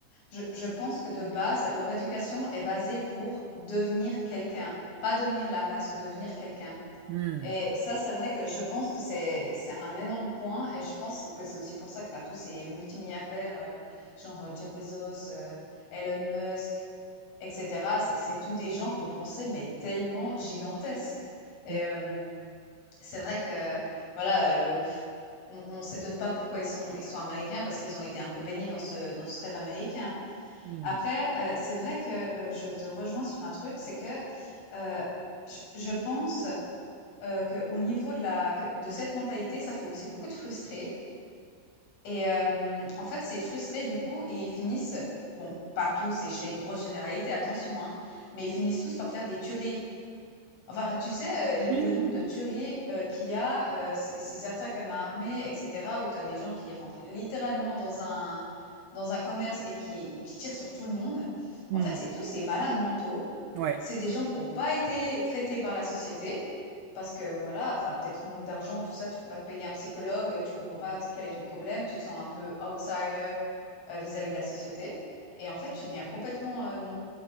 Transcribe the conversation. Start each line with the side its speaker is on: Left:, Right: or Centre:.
Left: je je pense que de base, leur éducation est basée pour devenir quelqu'un, pas devenir la masse, devenir quelqu'un.
Right: Hmm.
Left: Et ça, c'est vrai que je pense que c'est c'est un énorme point et je pense que c'est aussi pour ça que tu as tous ces multimilliardaires, euh, genre euh, Jeff Bezos, euh, Elon Musk, etc. C'est c'est tous des gens qu'on pensait mais tellement gigantesques. Et
Right: Hmm.
Left: euh, c'est vrai que voilà, euh, pff, on, on s'étonne pas pourquoi ils sont ils sont américains parce qu'ils ont été un peu baignés dans ce dans ce rêve américain.
Right: Hmm.
Left: Après, euh, c'est vrai que euh, je te rejoins sur un truc, c'est que euh, je je pense euh, Que au niveau de la que de cette mentalité, ça fait aussi beaucoup de frustrés et hem, en fait, ces frustrés, du coup, ils finissent bon, pas tous et je fais une grosse généralité, attention, hein, mais ils finissent tous par faire des tueries. Enfin, tu sais, heu,
Right: Oui,
Left: l le
Right: oui.
Left: nombre de tueries, heu, qu'il y a, heu, ces ces attaques à main armée et cetera, où t'as des gens qui rentrent littéralement dans un dans un commerce et qui qui tirent sur tout le monde.
Right: oui.
Left: En fait, c'est tous ces malades mentaux
Right: Hmm. Ouais,
Left: c'est des gens qui n'ont pas été traités par la société parce que voilà, enfin peut-être manque d'argent, tout ça, tu peux pas te payer un psychologue, euh, tu comprends pas quel est ton problème, tu te sens un peu outsider euh, vis-à-vis de la société. Et en fait, tu deviens complètement, euh,